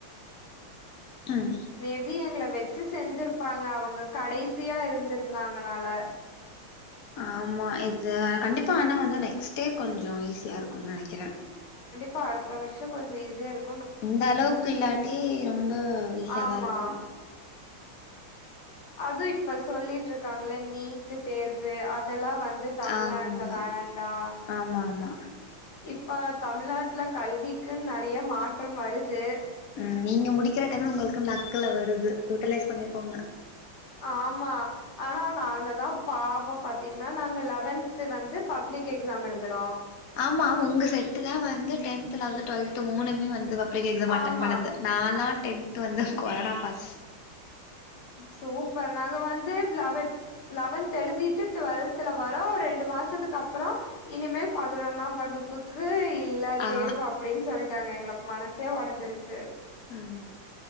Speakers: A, on the left (about 50°); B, on the left (about 85°).
A: ம்
B: மேபி எங்ள வெச்சு செஞ்சிருப்பாங்க அவங்க கடைசியா இருந்திருந்தாங்கனால
A: ஆமா இத கண்டிப்பா ஆனா வந்து நெக்ஸ்ட் இயர் கொஞ்சோ ஈஸியா இருக் ஒ நெனக்கிற
B: பா அடுத்த வர்ஷ கொஞ்ச ஈஸ்யா இருக்
A: இந்த அளவுக்கு இல்லாட்டி ரொம்ப ஈஸியாதா
B: ஆமா
A: இருக்கு
B: அது இப்ப சொல்லிட் ட்ருக்காங்கள நீட்டு தேர்வு அதலா வந் ந்து தமிழ்நாட்ல
A: ஆமா
B: வேண்டா
A: ஆமா ஆமா
B: இப்ப தமிழ்நாட்ல கல்விக்குன் நறய மாற்றம் வருது
A: அ ம் நீங்க முடிக்கிற டைம்ல உங்களுக்கு லக்குல வருது யூட்டிலஸ் பண்ணிக்கோங்க
B: ஆமா ஆனா நாங்கதா பாவம் பாத்தீங்கன்னா நாங்க லவென்த் வந்து பப்ளிக் எக்ஸாம் எழுதுனோ
A: ஆமா ஆமா உங்க செட்டு தா வந்து டென்த்து லவெல்த்து டுவெல்த்து மூணுமே வந்து வப் பெரிய எக்ஸாம் அட்டென்
B: ஆமா
A: பண்ணது நால் நாள் டென்த்து வந்து கொரோனா பாஸ்
B: சூப்பர் நாங்க வந்து லெவன்த் லெவன்த் எழுதிட்டு டுவெல்த்துல வரோ ரெண்டு மாசத்துக்கு அப்புறோ இனிமேல் பதினொன்னாம் வகுப்புக்கு இல்ல
A: ஆ
B: தேர்வு அப்டின்னு சொல்டாங்க எங்களுக்கு மனசே ஒடஞ்சிருச் சேர்
A: உம்